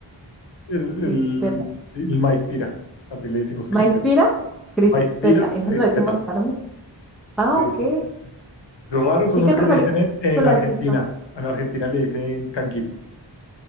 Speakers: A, on the left; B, in the centre.
A: el,
B: Crispetas.
A: el, el maíz pira, también le decimos
B: Maíz-pira,
A: crispetas.
B: crispeta.
A: Maíz pira,
B: Y nosotros
A: crispetas.
B: decimos palomitas. Ah,
A: Sí,
B: ok.
A: sí, sí, sí, sí. Los raros son
B: ¿Y
A: los
B: qué otra
A: que le
B: película
A: dicen en, en Argentina.
B: has visto?
A: En Argentina le dicen canguil,